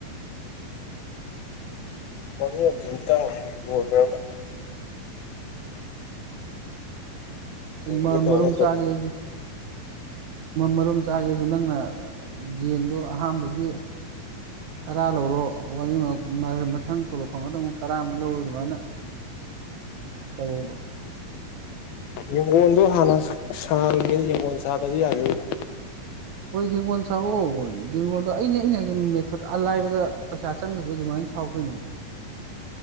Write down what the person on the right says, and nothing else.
ꯃꯔꯔꯨꯝ
ꯆꯥꯒ ꯑꯗꯨ ꯃꯔꯨꯝ ꯆꯥꯒꯦꯁꯨ ꯅꯪꯅ ꯌꯦꯖꯟꯗꯣ ꯑꯍꯥꯥꯟꯕꯒꯤ ꯇꯔꯥ ꯂꯧꯔꯣ ꯋꯥꯔꯤ ꯃꯊꯪ ꯇꯣꯂꯣ ꯐꯥꯎ ꯃꯗꯪ ꯑꯃꯨꯛ ꯇꯔꯥ ꯑꯃꯨꯛ ꯂꯧꯔꯣ ꯑꯗꯨꯃꯥꯏꯅ ꯇꯧꯔꯕ
ꯍꯣꯏ ꯌꯦꯡꯒꯣꯜ ꯁꯥꯛꯑꯣ ꯍꯒꯣꯟꯗꯣ ꯑꯩꯅ ꯑꯩꯅ ꯃꯦꯊꯠ ꯑꯂꯥꯏꯕꯗ ꯄꯩꯁꯥ ꯆꯪꯗꯕꯗ ꯑꯗꯨꯃꯥꯏꯅ ꯥꯎ ꯀꯩꯅꯣ